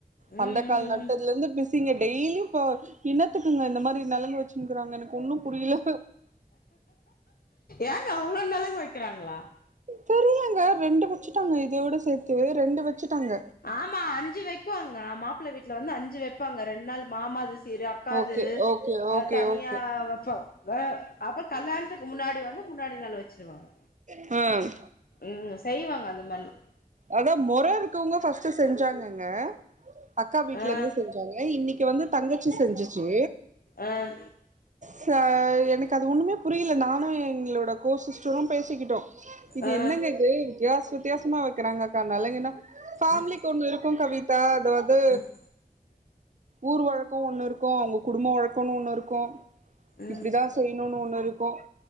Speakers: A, on the left; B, on the right.
A: ம்
B: பந்த கால்
A: ம்
B: நட்டதுல இருந்து பிசீங்க டெய்லி ப்பா இனத்துக்குங்க இந்த மாரி நலங்கு வச்சுனுருக்காங்க எனக்கு ஒன்னு புரில்ல
A: ஏங்க அவ்ளோ நலங்கு வைக்கிறாங்களா
B: தெரிலங்க ரெண்டு வச்சுட்டாங்க இதோட சேத்து ரெண்டு வச்சுட்டாங்க
A: ஆமா அஞ்சு வைக்குவாங்க மாப்பிள்ள வீட்டுல வந்து அஞ்சு வைப்பாங்க ரெண்டு நாள் மாமா அது சிறு அக்காது
B: ஓகே ஓகே ஓகே
A: தனியாப்ப
B: ஓகே
A: வைபாங்க அப்பற கல்யாணத்துக்கு முன்னாடி வந்து முன்னாடி நாள் வச்சிருவாங்க
B: ம்ம்
A: ம் செய்வாங்க அந்த மாதிரிலா
B: அதா முற இருக்கவங்க ஃபர்ஸ்ட்ட் செஞ்சாங்கங்க அக்கா வீட்டு்ல
A: ஆ
B: இருந்து செஞ்சாங்க இன்னிக்கு வந்து தங்கச்சி செஞ்சுச்சு
A: ஆஹ
B: சா எனக்கு அது ஒண்ணுமே புரியல நானும் எங்களோட கோ சிஸ்டரும் பேசிக்கிட்டோ இது
A: ஆ
B: என்னங்க இது வித்தியாச வித்தியாசமா வெக்கிறாங்க கா நலங்குன்னா ஃபேமிலிக்கு
A: அ அ
B: ஒண்ணு இருக்கும் கவிதா அதாவது
A: ம்
B: ஊர் வழக் கோ ஒண்ணுருக்கு அவ்ங்க குடும்ப வழக்கம்ன்னு ஒண்ணு இருக்கும்
A: ம்
B: இப்படிதா செய்யணும்னு ஒண்ணு இருக்கும்